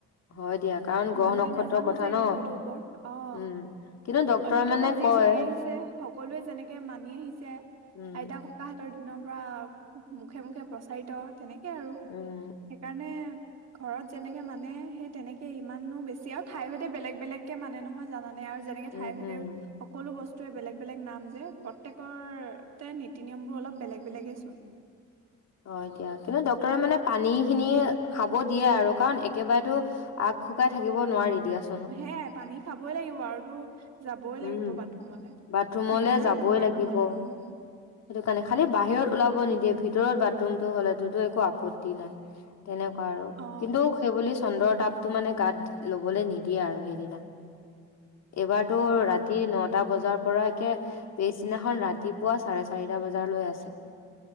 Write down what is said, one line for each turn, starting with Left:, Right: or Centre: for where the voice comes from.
Left: হয় দিয়া কাৰণ গ্ৰহ
Right: ভালকে
Left: নক্ষত্ৰৰ
Right: নাজানো
Left: কথা
Right: যে
Left: ন
Right: বিষয়টোৰ ওপৰত অ
Left: উম কিন্তু ডক্তৰে
Right: অতীতৰ
Left: মানে
Right: পা যি
Left: কয়
Right: চলি আহিছে সকলোৱে যেনেকে মানি আহিছে
Left: উম
Right: আইতা ক ককাহতৰ দিন পা মুখে মুখে প্ৰচাৰিত তেনেকে আৰু
Left: উম
Right: সেইকাৰণে ঘৰত যেনেকে মানে সেই তেনেকে ইমানো বেছি আৰু ঠাই ভদে বেলেগ বেলেগকে মানে নহয় জানে আৰু যেনেকে ঠাই
Left: উম
Right: ভেদেও
Left: উম
Right: সকলো বস্তুৱে বেলেগ বেলেগ নাম যে প্ৰত্যেকতে নীতি নিয়মবোৰ অলপ বেলেগ বেলেগে চোন
Left: অ দিয়া কিন্তু ডক্তৰে মানে পানী খিনি খাব দিয়ে আৰু কাৰণ একেবাৰেতো আগ শুকাই থাকিব নোৱাৰি দিয়াচো
Right: সেয়াই পানী খাবই লাগিব আৰু তো যাবই
Left: উম
Right: লাগিব বাথৰুমলে
Left: বাথৰুমলে
Right: নিজৰে
Left: যাবই
Right: অপকাৰ
Left: লাগিব
Right: নহলে উম
Left: সেইটো কাৰণে খালি বাহিৰত ওলাব নিদিয়ে ভিতৰত বাথৰুমটো হ'লেতো তো একো আপত্তি নাই তেনেকুৱা আৰু
Right: অ
Left: কিন্তু সেইবুলি চন্দ্ৰৰ তাপটো মানে গাত লবলে নিদিয়ে আৰু সেইদিনা এইবাৰতো
Right: অ
Left: ৰাতি নটা বজাৰ পৰা একে পিছদিনাখন ৰাতিপুৱা চাৰে ছ চাৰিটা বজাৰ লৈ আছে